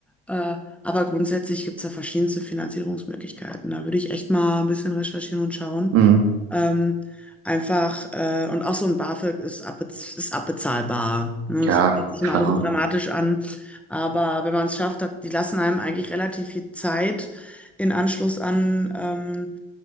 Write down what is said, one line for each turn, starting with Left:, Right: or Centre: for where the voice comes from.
Centre: Äh, aber grundsätzlich gibt es da verschiedenste Finanzierungsmöglichkeiten. Da würde ich echt mal ein bisschen recherchieren und schauen.
Right: Mhm.
Centre: Ähm, einfach, äh, und auch so ein BAföG ist, abbez ist abbezahlbar. Ne?
Right: Ja,
Centre: Das hört sich
Right: klar.
Centre: immer alles so dramatisch an. Aber wenn man es schafft, hat, die lassen einem eigentlich relativ viel Zeit in Anschluss an ähm,